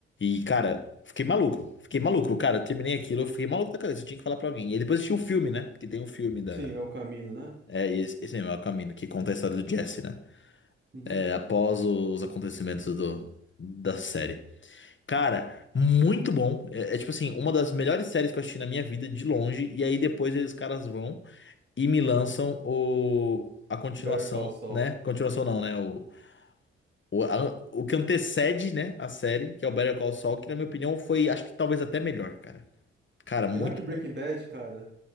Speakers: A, on the left; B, on the right.
A: e, cara, fiquei maluco, fiquei maluco, cara, eu terminei aquilo, eu fiquei maluco da cabeça, eu tinha que falar pra alguém. E depois assisti o filme, né? Porque tem um filme da.
B: Sim, é o caminho, né?
A: É, e esse, esse mesmo, é o caminho, que conta a história do Jesse, né?
B: Uhum.
A: É, após os acontecimentos do, da série. Cara, muito bom. É, é, tipo assim, uma das melhores séries que eu assisti na minha vida, de longe. E aí depois eles caras vão e me lançam o, a continuação,
B: Better Call Saul.
A: né? Continuação não, né? O, o, a- o que antecede, né? A série, que é o Better Call Saul, que na minha opinião foi, acho que talvez até melhor, cara. Cara, muito
B: Melhor que Breaking
A: bom.
B: Bad, cara.